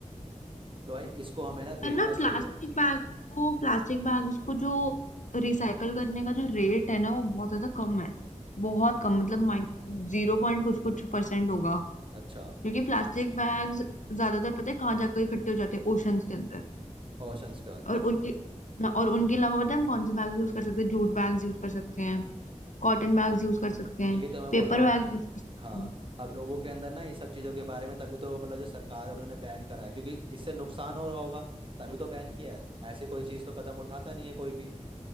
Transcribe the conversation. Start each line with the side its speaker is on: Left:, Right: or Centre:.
Right: तो भाई इसको हमें ना
Left: पर
Right: देखना
Left: ना
Right: चाहिए
Left: प्लास्टिक बैग को प्लास्टिक बैग्स को जो रिसाइकल करने का जो रेट है ना वो बहुत ज्यादा कम है बहुत कम मतलब माइन जीरो पॉइंट कुछ कुछ परसेंट होगा
Right: अच्छा
Left: क्योंकि प्लास्टिक बैग्स ज्यादातर पता है कहाँ जाकर इकट्ठे हो जाते हैं ओशंस के अंदर
Right: ओशंस के अंदर
Left: और उनके हाँ, और उनके अलावा पता है हम कौन से बैग यूज कर सकते हैं जूट बैग्स यूज कर सकते हैं कॉटन बैग्स यूज कर सकते हैं
Right: यही तो मैं
Left: पेपर
Right: बोल रहा हूँ
Left: बैग यूज कर सकते
Right: हाँ
Left: हैं
Right: अब लोगों के अंदर ना इस सब चीज़ों के बारे में तभी तो मतलब जो सरकार है उन्होंने बैन करा है क्योंकि इससे नुकसान हो रहा होगा तभी तो बैन किया है ऐसे कोई चीज़ तो कदम उठाता नहीं है कोई भी